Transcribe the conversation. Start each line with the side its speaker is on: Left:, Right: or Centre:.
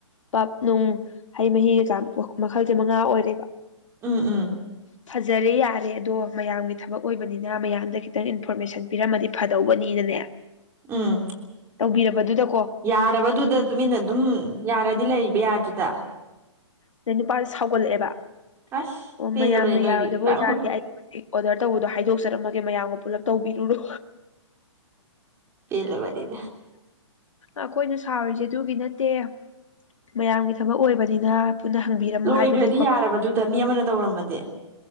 Left: ꯄꯞꯅꯨꯡ ꯍꯩ ꯃꯍꯤꯒ ꯆ ꯃꯈꯜꯁꯦ ꯃꯉꯥ ꯑꯣꯏꯔꯦꯕ
Right: ꯎꯝ ꯎꯝ
Left: ꯐꯖꯔꯦ ꯌꯥꯔꯦ ꯑꯗꯣ ꯃꯌꯥꯝꯒꯤ ꯊꯕꯛ ꯑꯣꯏꯕꯅꯤꯅ ꯃꯌꯥꯝꯗ ꯈꯤꯇꯪ ꯏꯟꯐꯣꯔꯃꯦꯁꯟ ꯄꯤꯔꯝꯃꯗꯤ ꯐꯗꯧꯕꯅꯤꯅꯅꯦ
Right: ꯎꯝ
Left: ꯇꯧꯕꯤꯔꯕꯗꯨꯗ
Right: ꯌꯥꯔꯕꯗꯨꯗ ꯇꯨꯃꯤꯟꯅ ꯑꯗꯨꯝ ꯌꯥꯔ ꯗꯤ ꯂꯩꯕ ꯌꯥꯗꯨꯗ
Left: ꯑꯗꯩ ꯅꯨꯄꯥꯁꯦ ꯁꯥꯎꯒꯠꯂꯛꯑꯦꯕ
Right: ꯑꯁ
Left: ꯑꯣ
Right: ꯄꯦꯜꯂꯕꯅꯤ
Left: ꯃꯌꯥꯝꯅ
Right: ꯅꯣꯏꯒꯤ
Left: ꯌꯥꯔꯣꯏꯗꯕ ꯑꯣꯏꯇꯥꯔꯗꯤ
Right: ꯍꯣꯅꯦ
Left: ꯑꯩ ꯑꯣꯔꯗꯔ ꯇꯧꯕꯗꯣ ꯍꯥꯏꯗꯣꯛꯆꯔꯝꯃꯒꯦ ꯃꯌꯥꯝꯒ ꯄꯨꯂꯞ ꯇꯧꯕꯤꯔꯨꯔꯣ
Right: ꯄꯂꯕꯔꯤꯗ
Left: ꯑꯩꯈꯣꯏꯅ ꯁꯥꯎꯔꯤꯁꯦ ꯑꯗꯨꯒꯤ ꯅꯠꯇꯦ ꯃꯌꯥꯝꯒꯤ ꯊꯕꯛ ꯑꯣꯏꯕꯅꯤꯅ ꯄꯨꯟꯅ ꯍꯪꯕꯤꯔꯝꯃꯣ
Right: ꯂꯣꯏꯈ꯭ꯔꯗꯤ
Left: ꯍꯥꯏꯕꯅꯤꯀꯣ
Right: ꯌꯥꯔꯕꯗꯨꯗꯤ ꯗ ꯃꯤ ꯑꯃꯅ ꯇꯧꯔꯝꯃꯗꯤꯦ